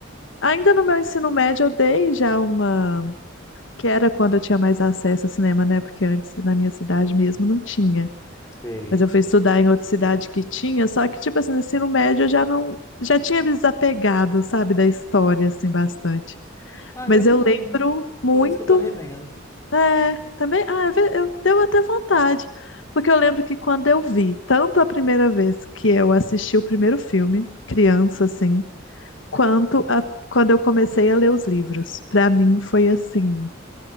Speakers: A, on the left; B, on the left.
A: ainda no meu ensino médio eu dei já uma Que era quando eu tinha mais acesso ao cinema, né? Porque antes, na minha cidade mesmo, não tinha.
B: sei.
A: Mas eu fui estudar em outra cidade que tinha, só que, tipo assim, no ensino médio eu já não. Já tinha me desapegado, sabe, da história, assim, bastante.
B: Ah,
A: Mas
B: eu também.
A: eu lembro muito.
B: Por isso que eu tô revendo.
A: É, também. Ah, é ve- eu, deu até vontade. Porque eu lembro que quando eu vi, tanto a primeira vez que eu assisti o primeiro filme, criança, assim, quanto a, quando eu comecei a ler os livros. Pra mim foi assim.